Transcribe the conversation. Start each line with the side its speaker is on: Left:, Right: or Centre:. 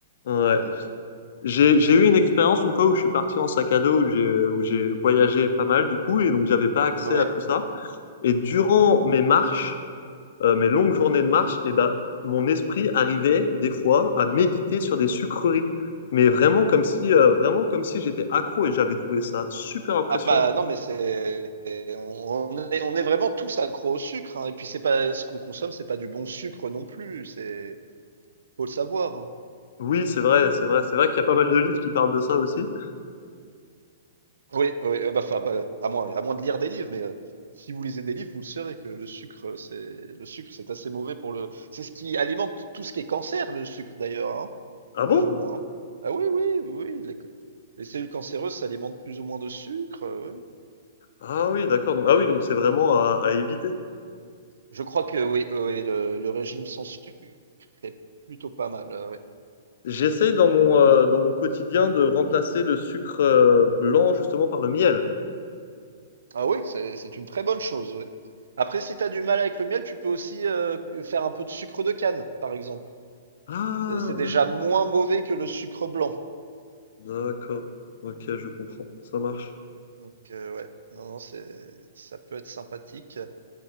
Left: Ouais.
Right: C'est-
Left: J'ai, j'ai eu une expérience une fois où je suis parti en sac à dos, où j'ai, où j'ai voyagé pas mal du coup, et donc j'avais pas accès
Right: Oui.
Left: à tout ça. Et durant
Right: Mhm.
Left: mes marches, euh, mes longues journées de marche, et ben, mon esprit arrivait des fois à méditer sur des sucreries. Mais vraiment comme si, euh, vraiment comme si j'étais accro et j'avais trouvé ça super impressionnant,
Right: Ah bah
Left: quoi.
Right: non, mais c'est on est, on est vraiment tous accros au sucre. hein. Et puis c'est pas ce qu'on consomme, c'est pas du bon sucre non plus. C'est faut le savoir. hein.
Left: Oui, c'est vrai, c'est vrai, c'est vrai qu'il y a pas mal de livres qui parlent de ça aussi.
Right: Oui, oui, ah bah, enfin, bah, à moins, à moins de lire des livres, mais euh, si vous lisez des livres, vous le saurez que le sucre, euh, c'est le sucre, c'est assez mauvais pour le. C'est ce qui alimente tout ce qui est cancer, le sucre d'ailleurs, hein,
Left: Ah bon?
Right: plus ou moins. hein. Ah oui, oui, oui, oui, les, ca- les cellules cancéreuses s'alimentent plus ou moins de sucre. euh, oui.
Left: Ah oui, d'accord. Donc, ah oui, donc c'est vraiment à, à éviter.
Right: Je crois que oui, oui, oui, le, le régime sans sucre est plutôt pas mal. euh, oui.
Left: J'essaye dans mon, euh, dans mon quotidien de remplacer le sucre euh, blanc justement par le miel.
Right: Ah oui, c'est c'est une très bonne chose. oui. Après, si tu as du mal avec le miel, tu peux aussi euh, que- faire un peu de sucre de canne, par exemple.
Left: Ah
Right: C'est c'est déjà
Left: ouais,
Right: moins mauvais que le sucre blanc.
Left: d'accord. Ok, je comprends. Ça marche.
Right: Donc euh, ouais, non, non, c'est, ça peut être sympathique.